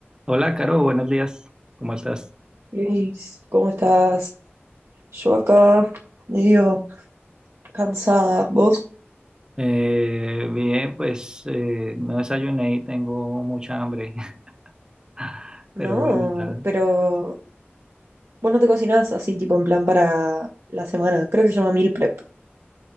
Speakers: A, on the right; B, on the right.
A: Hola, Caro, buenos días. ¿Cómo estás?
B: Luis, ¿cómo estás? Yo acá medio cansada. ¿Vos?
A: Eh, bien, pues eh, no desayuné y tengo mucha hambre, <laughs> pero
B: No,
A: bueno, ya.
B: pero vos no te cocinás así, tipo en plan para la semana. Creo que se llama meal prep.